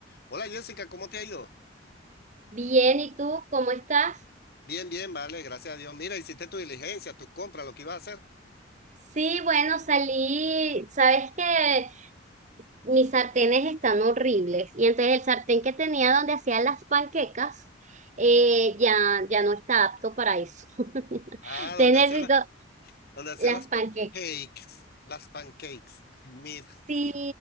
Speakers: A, on the left; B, on the right.
A: Hola Jessica, ¿cómo te ha ido?
B: Bien, ¿y tú cómo estás?
A: Bien, bien, vale, gracias a Dios. Mira, hiciste tu diligencia, tus compras, lo que ibas a hacer.
B: Sí, bueno, salí, sabes que mis sartenes están horribles y entonces el sartén que tenía donde hacía las panquecas eh, ya, ya no está apto para eso. <laughs>
A: Ah,
B: Entonces
A: donde
B: necesito
A: hacía la- donde hacía
B: las
A: las pancakes,
B: panquecas.
A: las pancakes. Mira,
B: Sí,